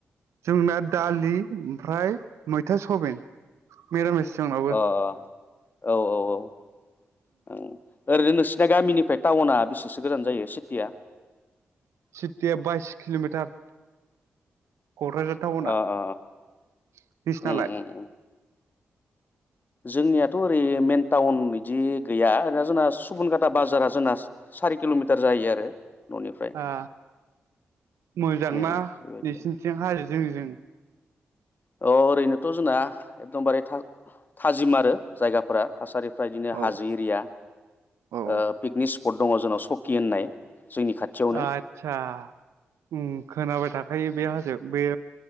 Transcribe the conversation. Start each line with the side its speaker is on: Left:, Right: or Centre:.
Right: जोंना दालि ओमफ्राय मैथा सबिन मिरामिस। जोंनावबो
Left: अ अ औ औ औ उम ओरैनो नोंसिना गामिनिफ्राय टाउना बिसब एसो गोजान जायो सिटिया।
Right: सिटिया बाइस किलमिटार। कक्राझार टाउना
Left: अ
Right: नोसिनालाय।
Left: अ उम उम उम जोंनियाथ' ओरै मेन टाउन इदि गैया ओरैनो जोंना सुबुनगाटा बाजारा जोंना सारि किलमिटार जायो आरो। न'निफ्राय
Right: ओ मोजां
Left: उम
Right: ना
Left: बेबायदि
Right: नोंसिनिथिं हाजो जो जों?
Left: अ ओरैनोथ' जोंना एकदमबारे था थाजिम आरो जायगाफोरा थासारि फ्राय बिदिनो
Right: औ
Left: हाजो एरिया
Right: औ
Left: ओ पिकनिक स्प पद दङ जोंनाव सकि होननाय। जोंनि खाथियावनो
Right: आदसा ओ खोनाबाय थाखायो बे हाजो बे